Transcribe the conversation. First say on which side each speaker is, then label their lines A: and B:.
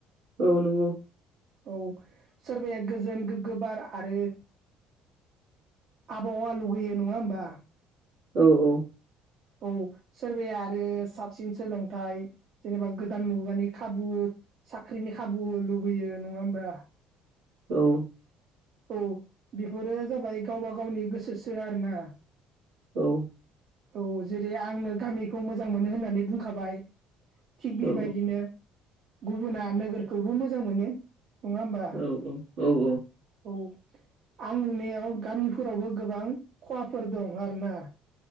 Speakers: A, on the right; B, on the right.
A: औ नंगौ।
B: औ सोरबाया गोजोन गोग्गो बार आरो आबहावा लुगैयो नङा होमबा?
A: औ औ।
B: औ सोरबाया आरो साबसिन सोलोंथाइ जेनेबा गोदान मुगानि खाबु साख्रिनि खाबु लुबैयो नङा होमबा?
A: औ
B: औ बेफोरो जाबाय गावबा गावनि गोसोसो आरो ना।
A: औ
B: औ जेरै आङो गामिखौ मोजां मोनो होननानै बुंखाबाय। थिग बेबायदिनो
A: औ
B: गुबुना नोगोरखौबो मोजां मोनो। नङा होमबा
A: औ औ औ।
B: औ आं नुनायाव गामिफोरावबो गोबां खहाफोर दं आरो ना।